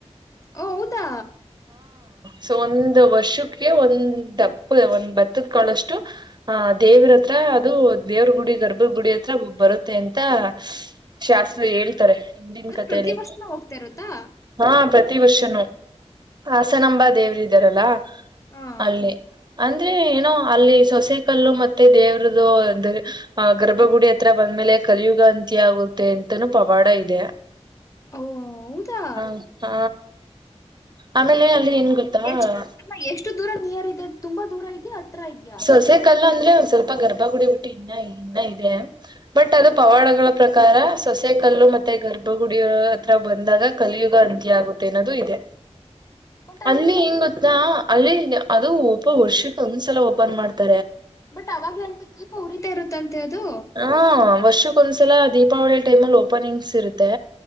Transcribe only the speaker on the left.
ಓ ಹೌದಾ
ಅಂದ್ರೆ
ಪ್ರತಿ ವರ್ಷನೂ ಹೋಗ್ತಾ ಇರುತ್ತಾ
ಹಾ
ಓ ಹೌದಾ
ಎಷ್ಟು ಅ ಎಷ್ಟು ದೂರ ನಿಯರ್ ಇದೆ ತುಂಬಾ ದೂರ ಐತೆ ಹತ್ರ ಇದ್ಯಾ
ಬಟ್ ಅಂದ್ರೆ
ಏನ್
ಬಟ್ ಅವಾಗ್ಲೇ ಅಂತ ದೀಪ ಉರಿತಾ ಇರುತ್ತಂತೆ ಅದು